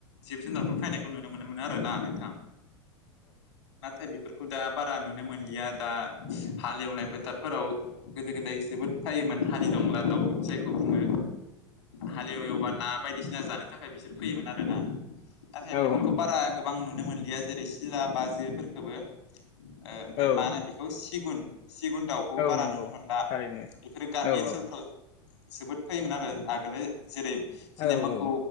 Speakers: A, on the left; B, on the left.
A: जिब जुनारफोर फैनायखौ नुनो मोनोमोन आरो ना नोंथां। नाथाय बेफोरखौ दा बारा नुनो मोनलिया दा हालेवनाय फोथारफोराव गोदो गोद ाय जोबोद फाययोमोन हानि दंला दाउ जायखौ बुङो हालेववबा ना बायदिसिना जानो थाखाय बिसोर फैयोमोन आर ना नाथाय
B: औ औ
A: बेफोरखौ बारा गोबां नुनो मोनलिया जेरै सिला बाजोफोरफोरखौबो ओ ओमफफ्राय
B: औ
A: मा होनो बेखौ सिगुन सिगुन दाउखौबो
B: औ
A: बारा
B: नंगौ
A: नुनो मोनला
B: थारैनो
A: बेफोरो गामि
B: औ
A: ओनसोल
B: औ
A: जोबोद फैयोमोन आरो आगोलो जेरै जोंनिया
B: औ
A: मोखौ
B: औ